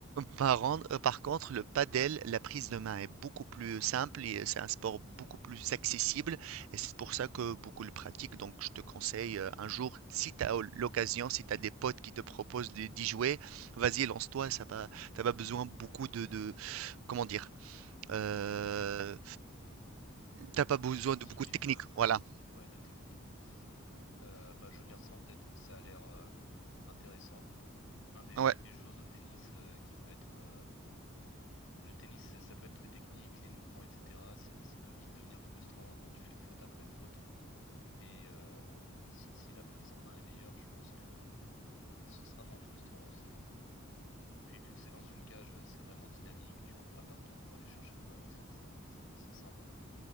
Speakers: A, on the right; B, on the left.
A: par en euh, par contre, le padel, la prise de main est beaucoup plus simple et euh, c'est un sport beaucoup plus accessible et c'est pour ça que beaucoup le pratiquent. Donc, je te conseille euh, un jour, si tu as l'occasion, si tu as des potes qui te proposent de- d'y jouer, vas-y, lance-toi. Ça pas, t'as pas besoin beaucoup de, de- comment dire, euh, t'as pas
B: De
A: besoin
B: pratique,
A: de beaucoup de technique.
B: de prise
A: Voilà.
B: en main, ouais, de technique. Euh, bah, je garde ça en tête. Ça a l'air euh, intéressant. Un des,
A: Ouais.
B: une des choses au tennis euh, qui peut être. euh, le tennis, ça ça peut être très technique, les mouvements, etc. Ça, ça peut vite devenir frustrant quand tu fais faute après faute. Et euh, si, si la prise en main est meilleure, je pense que bah, ce sera moins frustrant. C'est... Puis vu que c'est dans une cage, euh, c'est vraiment dynamique. Tu cours pas partout pour aller chercher la balle aussi. c'est- Ça, ça, c'est un bon point.